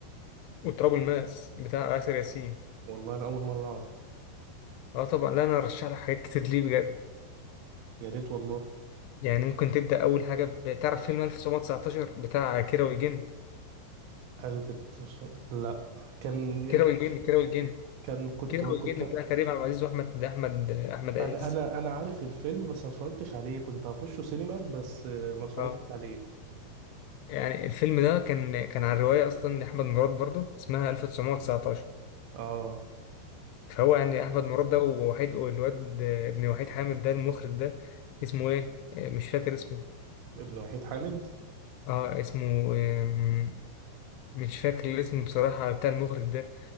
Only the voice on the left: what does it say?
وتراب الماس بتاع آسر ياسين
اه طبعا لا انا ارشح لك حاجات كتير ليه بجد
يعني ممكن تبدا اول حاجه بتعرف فيلم 1919 بتاع كيرة والجن
كيرة والجن كيرة والجن
كيرة
والجن بتاع كريم عبد العزيز واحمد احمد احمد عز
اه
يعني الفيلم ده كان كان عن روايه اصلا لاحمد مراد برضه اسمها 1919
فهو يعني احمد مراد ده ووحيد والواد ابن وحيد حامد ده المخرج ده اسمه ايه آه، مش فاكر اسمه
اه اسمه آم، مش فاكر الاسم بصراحه بتاع المخرج ده